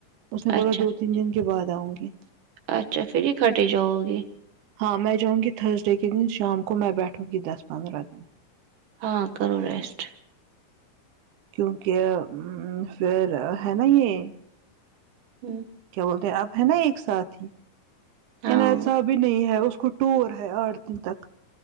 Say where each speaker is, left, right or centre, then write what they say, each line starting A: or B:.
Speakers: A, on the right (about 85°); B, on the right (about 65°).
A: اس نے بولا
B: اچھا
A: دو تین دن کے بعد آؤں گی
B: اچھا پھر یہ کھٹے جاؤ گے
A: ہاں میں جاؤں گی تھرسڈے کے دن شام کو میں بیٹھوں گی دس پندرہ دن
B: ہاں کرو ریسٹ
A: کیونکہ ام پھر ہے نا یہ
B: ہوں
A: کیا بولتے اب ہے نا ایک ساتھ
B: ہاں
A: ان ایسا بھی نہیں ہے اس کو ٹور ہے آٹھ دن تک